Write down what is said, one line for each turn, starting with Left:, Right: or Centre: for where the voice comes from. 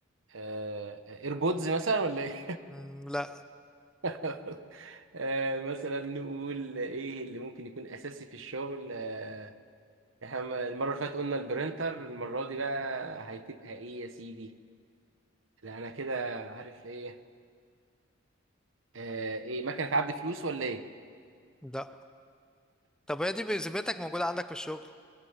Right: آه، ايربودز مثلا ولا ايه
Centre: م، لا
Right: <laughs> آه، مثلا نقول ايه اللي ممكن يكون اساسي في الشغل آه، احنا المره اللي فاتت قلنا البرينتر المره دي بقى هتبقى ايه يا سيدي لا انا كده عارف ايه آه، ايه مكنه عد فلوس ولا ايه
Centre: لا طب هي دي بذمتك موجودة عندك في الشغل؟